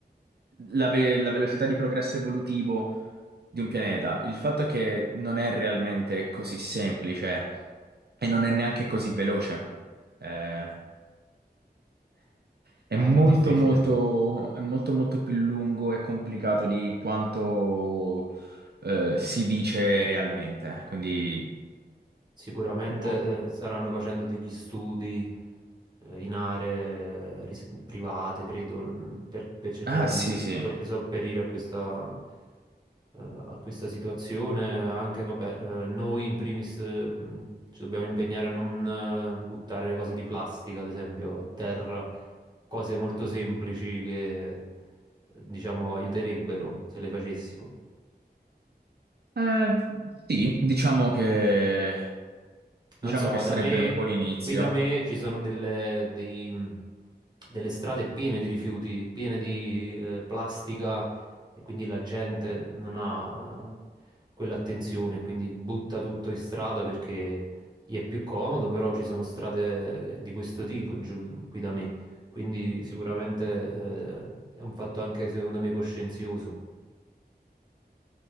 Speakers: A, on the right (about 70°); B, on the right (about 25°).
A: la, ve- la velocità di progresso evolutivo di un pianeta. Il fatto è che non è realmente così semplice e non è neanche così veloce. Eh, è
B: Eh,
A: molto,
B: È difficile.
A: molto, è molto, molto più lungo e complicato di quanto eh, si dice realmente. Quindi,
B: Sicuramente
A: oh,
B: eh, staranno facendo degli studi eh, in aree eh, ris- private, credo, l- per, per cercare
A: ah,
B: di,
A: sì, sì.
B: di so- di sopperire a questa, eh, a questa situazione. Anche, vabbè, eh, noi in primis eh, mh, ci dobbiamo impegnare a non eh, buttare cose di plastica, ad esempio, a terra, cose molto semplici che, eh, diciamo, aiuterebbero se le facessimo.
A: Eh, sì, diciamo che, diciamo
B: Non so,
A: che sarebbe
B: da me,
A: un buon inizio.
B: qui da me ci sono delle, dei- delle strade piene di rifiuti, piene di eh, plastica e quindi la gente non ha quell'attenzione, quindi butta tutto in strada perché gli è più comodo, però ci sono strade eh, di questo tipo giù qui da me, quindi sicuramente eh, è un fatto anche secondo me coscienzioso.